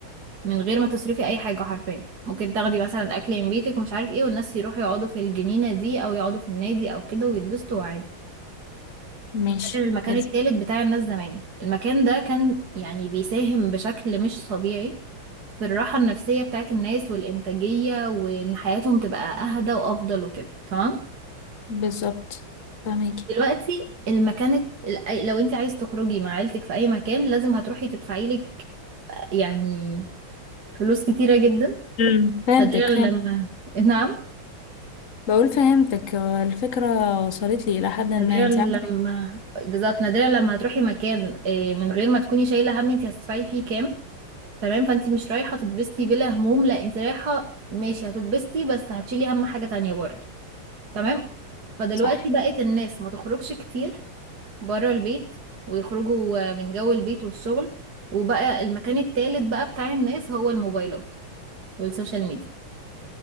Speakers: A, on the right (about 50°); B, on the left (about 50°).
A: من غير ما تصرفي اي حاجه حرفيا ممكن تاخدي مثلا اكل من بيتك ومش عارف ايه والناس يروحوا يقعدوا في الجنينه دي او يقعدوا في النادي او كده ويتبسطوا عادي
B: ماشي
A: ده كان المكان
B: لازم
A: التالت بتاع الناس زمان المكان ده كان يعني بيساهم بشكل مش طبيعي في الراحه النفسيه بتاعت الناس والانتاجيه وان حياتهم تبقى اهدى وافضل وكده تمام
B: بالظبط فهميكي
A: دلوقتي المكان الت- ال- لو انت عايز تخرجي مع عيلتك في اي مكان لازم هتروحي تدفعي لك يعني فلوس كتيره جدا
B: امم فهمتك
A: نادرا لما
B: فهمت
A: <laughs> نعم
B: بقول فهمتك الفكرة وصلت لي إلى حد ما
A: نادرا
B: انت
A: لما
B: عاملة
A: بالظبط نادرا لما هتروحي مكان آه، من غير ما تكوني شايله هم انت هتدفعي فيه كام تمام فانت مش رايحه تتبسطي بلا هموم لا انت رايحه ماشي هتتبسطي بس هتشيلي هم حاجه تانية برضه تمام فدلوقتي
B: صح
A: بقت الناس ما تخرجش كتير بره البيت ويخرجوا آه، من جو البيت والشغل وبقى المكان التالت بقى بتاع الناس هو الموبايلات والسوشيال ميديا